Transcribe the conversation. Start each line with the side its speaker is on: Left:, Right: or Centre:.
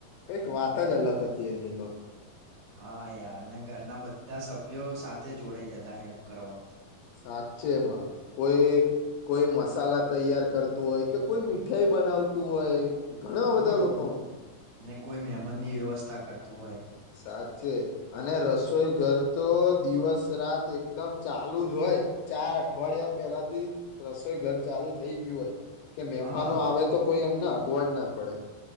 Left: કઈક વાત જ અલગ હતી એની તો
Right: હા યાર ઘરના બધા સભ્યો સાથે જોડાઈ જતા હેલ્પ કરવા
Left: સાચ છે એમાં કોઈ કોઈ મસાલા તૈયાર કરતું હોય કે કોઈ મીઠાઈ બનાવતું હોય ઘણા બધા
Right: હમ
Left: લોકો
Right: ને કોઈ મહેમન ની વ્યવસ્થા કરતું હોય
Left: સાચે અને રસોઈ ઘર તો દિવસ રાત એકદમ ચાલુ જ રય ચાર અઠવાડિયા પેલા થી રસોઈ ઘર ચાલુ થઈ ગયું હોય કે મહેમાનો
Right: હા
Left: આવે તો કોઈ એમ ના ગોડ ના પડે